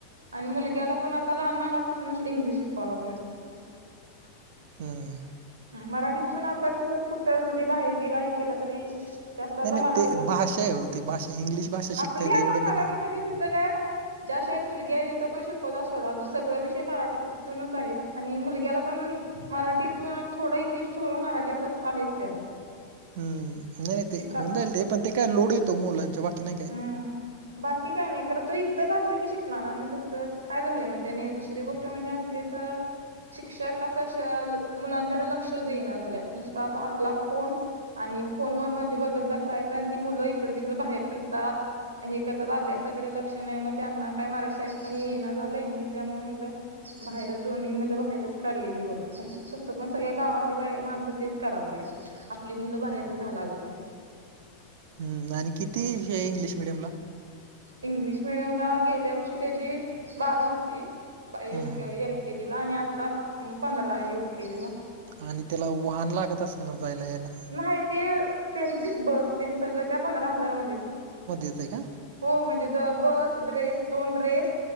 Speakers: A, on the right (about 70°); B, on the right (about 50°).
A: आणि मुलग्याला पण आता लहानपणापासून इंग्लिश शिकवा लागलोय. <inaudible>
B: हम्म.
A: मराठीतून आता कुठं जे बाहेर गेला आहे केला तरी. जास्त आता
B: नाही
A: मराठीला
B: नाही ते भाषा आहे हो ती भाषा इंग्लिश भाषा शिकता
A: आपली
B: येते
A: आता
B: एवढं
A: मराठी
B: काय नाही
A: म्हणजे तिथं काय. ज्या शाळेत मुलगी आहे तिथं पण शिकवतात सोडा सगळ विषय मराठीतूनच आहेत आणि मुलग्याला पण मराठीतून थोडं इंग्लिश, थोडं मराठी आता आहेच त्याला.
B: हम्म नाही नाही ते
A: शिका
B: होन जाईल ते पण ते काय लोड येतो मुलांच्या बाकी नाही. काय.
A: हा. बाकी काय नाही करत तो इथं घातलं की, शिकणार आणि तस काय झालंय म त्यानी दुसरी गोष्ट म्हणजे आ ते तर. शिक्षक असं मुलांच्याकडे लक्ष देईना झाल्या नुसत आता आपला फोन. आणि फोन वर मध्ये बघत बसायचं आणि ती मुलं इकडं तिकडं बाहेर फिरतात. हे करतात अभ्यासाकडे लक्ष नाही मग त्यांना काय मराठशाळेत पण ये ना झालंय त्यामुळे म्हटलं. बाहेर दोन्ही मुलं बाहेरच काढलेली बरं, तसं पण सगळ्या गावातली बाई माणसं तेच कराय लागलेत. आपली मुलं बाहेरच घालाय लागल्यात.
B: हम्म. आणि किती हे इंग्लिश मिडियम ला.
A: इंग्लिश मिडियम ला गेल्या वर्षी, त्यांची बारा होती.
B: हं,
A: यु
B: हं.
A: के एल केजी ला आणि, आता पंधरा यु के जी ला.
B: आणि त्याला वाहन लागत असेल, ना जायला यायला.
A: नाही ती त्यांचीच बस तेन, सगळं त्या पंधरा हजार मध्येच.
B: येतंय का?
A: हो म्हणजे, बस ड्रेस दोन ड्रेस